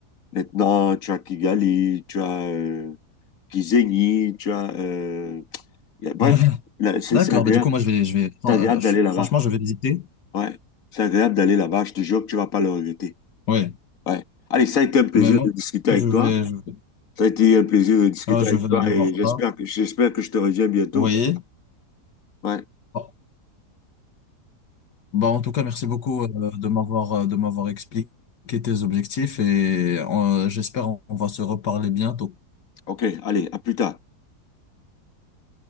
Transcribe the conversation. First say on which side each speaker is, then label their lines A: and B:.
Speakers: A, on the left (about 55°); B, on the left (about 75°).
A: Maintenant, tu as Kigali, tu as euh, Kizeni, tu as... euh, y a- bref,
B: <laughs>
A: là, c'est
B: D'accord,
A: c'est agréable.
B: bah du coup, moi, je vais, je vais, fran-
A: C'est agréable
B: euh, ch-
A: d'aller là-bas.
B: franchement, je vais visiter.
A: Ouais, c'est agréable d'aller là-bas. Je te jure que tu vas pas le regretter.
B: Ouais,
A: Ouais. Allez, ça a été un plaisir
B: mais moi,
A: de discuter
B: je
A: avec
B: vais,
A: toi.
B: je vais,
A: Ça a été un plaisir de discuter
B: ah, je
A: avec
B: vais
A: toi
B: aller
A: et
B: voir
A: j'espère
B: ça.
A: que, j'espère que je te reviens bientôt.
B: Vous voyez?
A: quoi. Ouais,
B: Bon. Bah, en tout cas, merci beaucoup euh, de m'avoir, euh, de m'avoir expliqué tes objectifs et euh, j'espère on on va se reparler bientôt.
A: ok, allez, à plus tard.